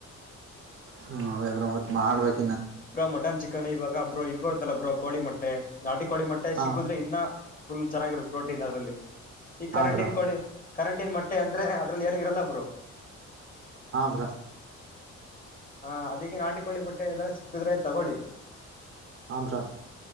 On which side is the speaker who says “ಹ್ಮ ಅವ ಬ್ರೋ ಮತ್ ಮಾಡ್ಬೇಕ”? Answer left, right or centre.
Right